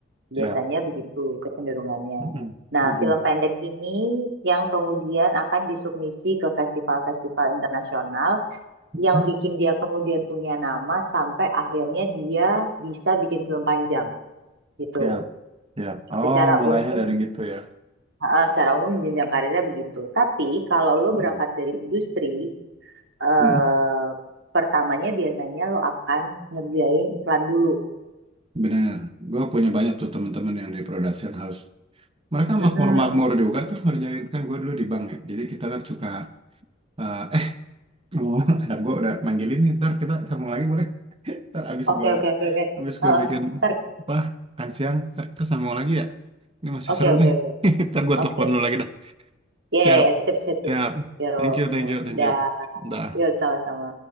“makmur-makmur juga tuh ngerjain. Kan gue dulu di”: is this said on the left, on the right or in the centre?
Right